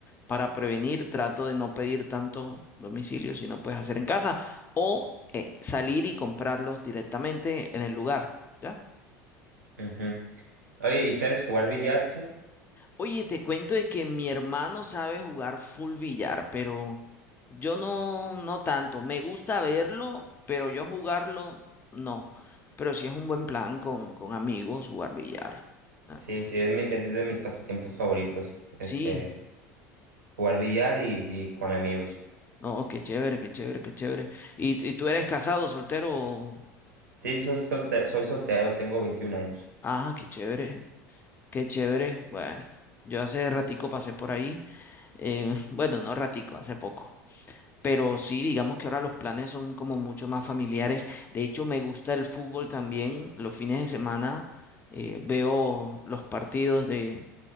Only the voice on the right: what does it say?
Ujú. Oye, ¿y sabes jugar billar tú?
Sí, sí, es, mi- es de mis pasatiempos favoritos.
Este, jugar billar y, y con amigos.
Sí, soy, solte- soy soltero, tengo 21 años.